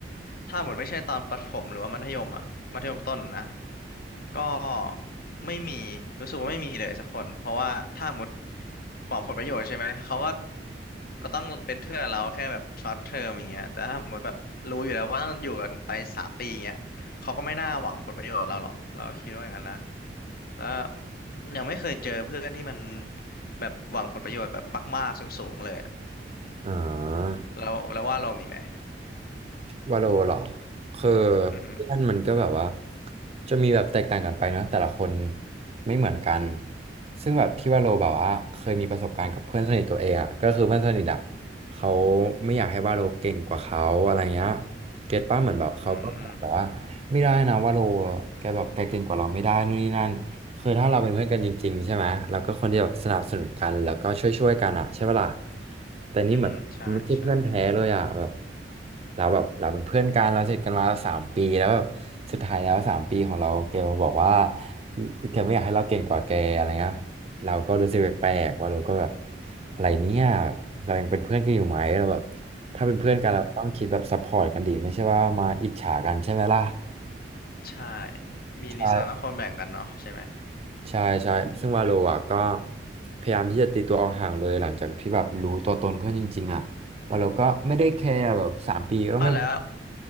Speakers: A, on the left (about 55°); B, on the right (about 35°).
A: ถ้าหมดไม่ใช่ตอนประถมหรือว่ามัธยมอ่ะมัธยมต้นนะก็ไม่มีรู้สึกว่าไม่มีเลยสักคนเพราะว่าถ้าหมดหวังผลประโยชน์ใช่ไหมเขาก็ก็ต้องเป็นเพื่อนเราแค่แบบช็อตเทอมอย่างเงี้ยแต่ถ้าหมดแบบรู้อยู่แล้วว่าต้องอยู่กันไปสามปีอย่างเงี้ยเขาก็ไม่น่าหวังผลประโยชน์เราหรอกเราคิดว่าอย่างนั้นนะ แล้วยังไม่เคยเจอเพื่อนที่มันแบบหวังผลประโยชน์แบบมากๆสูงๆเลยอะ
B: อ่า
A: แล้วแล้วว่าเรามีไหม
B: วาโลเหรอคือ
A: อือหือ
B: เพื่อนมันก็แบบว่าจะมีแบบแตกต่างกันไปเนอะแต่ละคนไม่เหมือนกันซึ่งแบบที่วาโลแบบว่าเคยมีประสบการณ์กับเพื่อนสนิทตัวเองอะก็คือเพื่อนสนิทอะเขาไม่อยากให้วาโลเก่งกว่าเขาอะไรเงี้ยเก็ตป้าเหมือนแบบเขาก็บอกแบบว่าไม่ได้นะวาโล
A: อืม
B: แกแบบแกเก่งกว่าเราไม่ได้นู่นนี่นั่น คือถ้าเราเป็นเพื่อนกันจริงๆใช่ไหมเราก็คนที่แบบสนับสนุนกันแล้วก็ช่วยๆกันอ่ะใช่ปะล่ะแต่นี่เหมือนมไม่ใช่เพื่อนแท้เลยอ่ะแบบ
A: อือหือใช่ใช่
B: เราแบบเราเป็นเพื่อนกันเราสนิทกันมาสามปีแล้วแบบสุดท้ายแล้วสามปีของเราแกมาบอกว่าแกไม่อยากให้เราเก่งกว่าแกอะไรเงี้ยเราก็รู้สึกแปลกๆว่าเราก็แบบอะไรเนี่ยเรายังเป็นเพื่อนกันอยู่ไหมเราแบบถ้าเป็นเพื่อนกันเราต้องคิดแบบซัพพอร์ตกันดีไม่ใช่ว่ามาอิจฉากันใช่ไหมล่ะ
A: <laughs> อือหือใช่มีลีซ่าคนแบ่งกันเนาะใช่ไหม
B: ใช่ ใช่ใช่ซึ่งวาโลอ่ะก็พยายามที่จะตีตัวออกห่างเลยหลังจากที่แบบรู้ตัวตนเพื่อนจริงๆอ่ะวาโลก็ไม่ได้แคร์แบบสามปีก็ไม่
A: อ้าวแล้ว